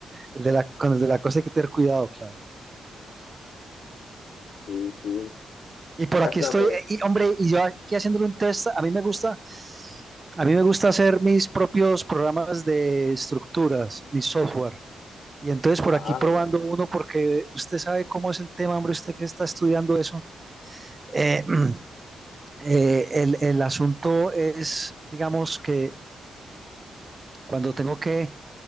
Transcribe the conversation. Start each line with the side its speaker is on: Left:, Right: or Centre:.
Right: el de la, con el de la cosa hay que tener cuidado, claro.
Left: Sí, sí,
Right: Y por
Left: cuéntame.
Right: aquí estoy, y, hombre, y yo aquí haciéndole un test, a mí me gusta, a mí me gusta hacer mis propios programas de estructuras, mi software. Y entonces por
Left: Ah,
Right: aquí probando uno, porque usted sabe cómo es el tema, hombre, usted que está estudiando eso. Eh, <clears throat> eh, el, el asunto es, digamos, que cuando tengo que